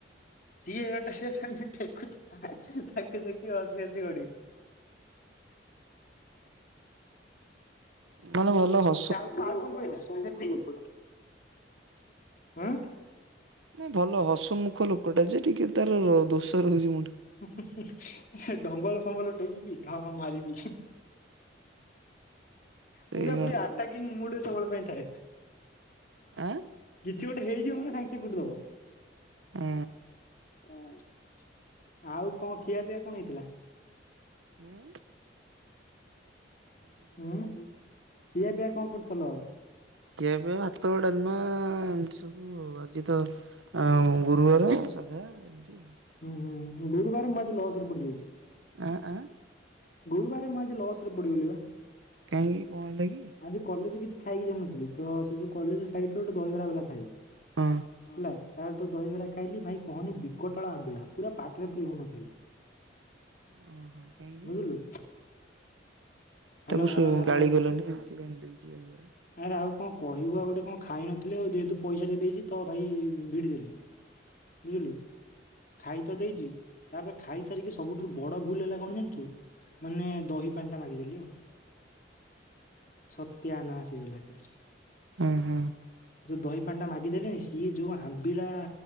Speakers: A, on the left; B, on the right.
A: ସିଏ ଗୋଟେ ତାକୁ ଟେକୁ ଥିଲା ତାକୁ ଦେଖି ହସି ଆସି ଗଡିିବୁ <unintelligible>
B: ମାନେ ଭଲ ହ
A: ସେ ଆଉ କାହାକୁ କଣ କହିଲା? ନା ସେତିକି। ହୁ।
B: ନାଇ ଭଲ ହସମୁଖ ଲୋକଟା ଯେ ଟିକେ ତାର ଦୋଷ ରହୁଛି ମୁଣ୍ଡ
A: ହୁଁ, ହୁଁ, ହୁଁ ଡମ୍ବଲ ଫମ୍ବଲ ଟେକିବି ଢାବା ମାରିବି।
B: ସେଇବା
A: ପୁରା ପୁରି ଆଟାକିଙ୍ଗ ମୁଡରେ ସବୁବେଳ ପାଇଁ ଥାଏ।
B: ଆଁ।
A: କିଛି ଗୋଟେ ହେଇଯିବ ମାନ ସାଙ୍ଗେ ସାଙ୍ଗେ କୁଟି ଦବ।
B: ଉଁ।
A: ହଁ। ଆଉ କଣ ଖିଆପିଆ କଣ ହେଇଥିଲା?
B: ଉଁ।
A: ହୁଁ ଖିଆ ପିଆ କଣ କରୁଥିଲ ଆଉ?
B: ଖିଆପିଆ ଭାତ, ଡାଲମା ଏମତି ସବୁ ଆଜି ତ ଆଉ ଗୁରୁବାର ସାଧା ଏମତି ଆଉ।
A: ହୁଁ, ହୁଁ ଗୁରୁବାର ମୁଁ ଆଜି ଲସ୍ ରେ ପଡି ଯାଇଛି।
B: ଆଁ ଆଁ।
A: ଗୁରୁବାର ମୁ ଆଜି ଲସ୍ ରେ ପଡିଗଲି ବା
B: କାହିଁକି କଣ ହେଲା କି?
A: ଆଜି କଲେଜେ କିଛି ଖାଇକି ଜାଇିନଥିଲି ତ ସେ ଯୋଉ କଲେଜ ସାଇଡ ରେ ଗୋଟେ ଦହିବରା ବାଲା ଥାଇ
B: ହଁ।
A: ହେଲା ତାଠୁ ଦହିବରା ଖାଇଲି ଭାଇ କହନି ବିକଟ କଟଳ ଆମ୍ବିଳା ପୁରା ପାଟିରେ ପୁରି ହଉନଥାଇ।
B: ହଁ ହଁ କାହିଁକି?
A: ବୁଝିଲୁ। ହାଲୋ
B: ତାକୁ ସୋ
A: ହାଲୋ ହାଲୋ
B: ଗାଳି କଲନି ଏମିତି କାହିଁ ଦେଇଛି ଦହି ବରା।
A: ଆରେ ଆଉ କଣ କହିବୁ ଆଉ ଗୋଟେ କଣ ଖାଇ ନଥିଲେ ଆଉ ଯେହେତୁ ପଇସା ଦେଇଦେଇଛି ତ ଭାଇ ଭିଡି ଦେଲି।
B: <unintelligible>
A: ବୁଝିଲୁ ଖାଇ ତ ଦେଇଚି ତାପରେ ଖାଇ ସାରିକି ସବୁଠୁରୁ ବଡ ଭୁଲ ହେଲା କଣ ଜାଣିଛୁ ମାନେ ଦହି ପାଣି ଟା ମାଗିଦେଲି ଚୁ ସତ୍ୟାନାଶ। ହେଇଗଲା ଏକା ଥେରକା।
B: ଅଁ ହଁ।
A: ଯୋଉ ଦହି ପାଣି ଟା ମାଗିଦେଲେଣି ସିଏ ଯୋଉ ଆମ୍ବିଳାା